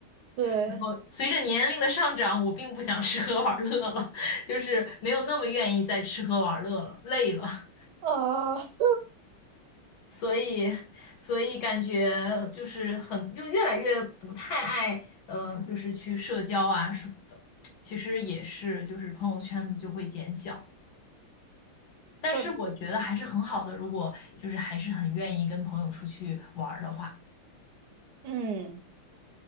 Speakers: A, on the right (about 65°); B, on the left (about 70°).
A: 对，
B: 然后随着年龄的上涨，我并不想吃喝玩乐了，<laughs> 就是没有那么愿意再吃喝玩乐了，累了，
A: 啊、<laughs>
B: 所以，所以感觉就是很，就越来越不太爱，呃，就是去社交啊什么的。其实也是，就是朋友圈子就会减小，但是我觉得还是很好的，
A: 怪不得，
B: 如果就是还是很愿意跟朋友出去玩儿的话。
A: 嗯，